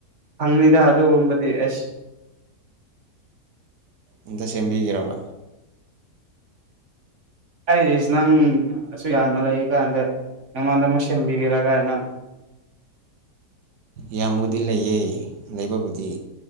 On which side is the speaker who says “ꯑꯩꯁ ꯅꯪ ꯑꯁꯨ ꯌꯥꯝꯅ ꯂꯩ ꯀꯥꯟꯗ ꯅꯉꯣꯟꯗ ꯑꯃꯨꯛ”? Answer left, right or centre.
Right